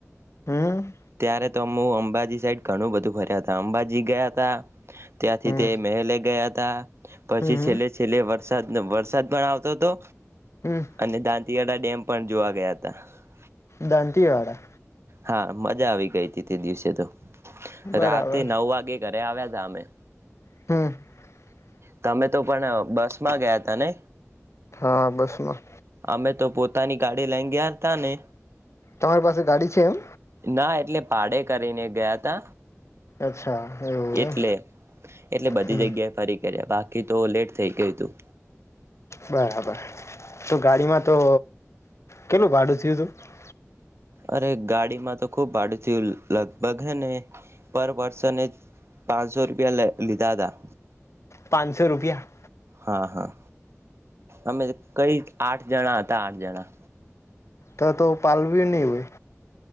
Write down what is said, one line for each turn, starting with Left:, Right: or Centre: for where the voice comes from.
Left: <unintelligible>
Right: ત્યારે તોમું અંબાજી સાઈડ ઘણું બધું ફર્યા હતા અંબાજી ગયા ત ત્યાંથી
Left: હમ
Right: તે મહેલે ગયા <inaudible> પછી
Left: હમ હમ
Right: છેલ્લે છેલ્લે વરસાદ વરસાદ પણ આવતો હતો
Left: હમ
Right: અને દાંતિયાળ ડેમ પણ જોવા ગયા હતા <inaudible>
Left: દાંતીવાડા.
Right: હા મજા આવી ગઈ હતી તે દિવસે તો.
Left: બરાબર
Right: રાતે નવ વાગે ઘરે આવ્યા <inaudible>
Left: <inaudible>
Right: તમે તો પણ બસ માં ગયા તા ને.
Left: હા બસ માં.
Right: અમે તો પોતાની ગાડી લાંગયાર ત ને
Left: તમારી પાસે ગાડી છે એમ.
Right: ના એટલે ભાડે કરીને ગયા ત
Left: અચ્છા એવું
Right: એટલે
Left: એમ
Right: એટલે બધી
Left: હમ
Right: જગ્યાએ ફરી કર્યા બાકી ખી તો લેટ થઈ ગયું તું.
Left: બરાબર તો ગાડીમાં તો કેટલું ભાડું થયું હતું.
Right: અરે ગાડીમાં તો ખૂબ ભાડું થયું લગભગ હે ને પર પર્સન પાંચસો રૂપિયા લીધા હતા
Left: પાંચસો રૂપિયા
Right: હા હા અમે કઈ આઠ જણા હતા આઠ જણા
Left: તો તો પલવી નહી હોય